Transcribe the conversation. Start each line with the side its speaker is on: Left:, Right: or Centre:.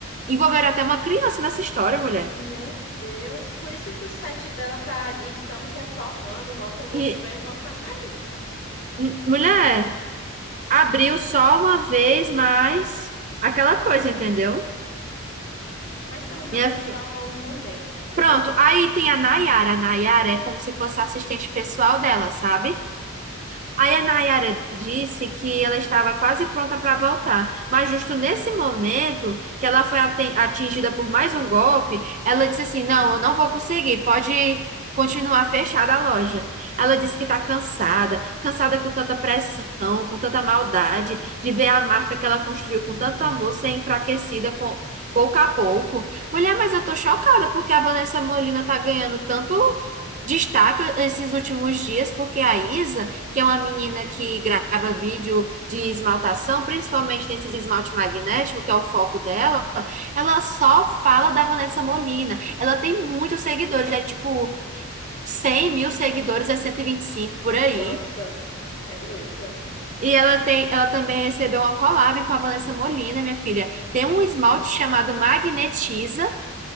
Right: Envolveram até uma criança nessa história, mulher.
Left: Meu Deus, por isso que o site dela tá. e Estamos reformando, volte algum
Right: E,
Left: dia, vai voltar mais nunca.
Right: m- mulher, abriu só uma vez, mas aquela coisa, entendeu?
Left: Mas pelo menos
Right: Minha
Left: é
Right: fi...
Left: só um momento. Que
Right: Pronto,
Left: depois...
Right: aí tem a Nayara. A Nayara é como se fosse a assistente pessoal dela, sabe? Aí a Nayara disse que ela estava quase pronta para voltar, mas justo nesse momento que ela foi aten- atingida por mais um golpe, ela disse assim: Não, eu não vou conseguir, pode continuar fechada a loja. Ela disse que está cansada, cansada com tanta pressão, com tanta maldade, de ver a marca que ela construiu com tanto amor ser enfraquecida com, pouco a pouco. Mulher, mas eu tô chocada porque a Vanessa Molina tá ganhando tanto destaque esses últimos dias, porque a Isa que é uma menina que grava vídeo de esmaltação, principalmente nesses esmalte magnético, que é o foco dela, ela só fala da Vanessa Molina. Ela tem muitos seguidores, é tipo 100 mil seguidores, é 125 por aí.
Left: nossa, é muito.
Right: E ela tem, ela também recebeu uma collab com a Vanessa Molina, minha filha. Tem um esmalte chamado Magnetiza,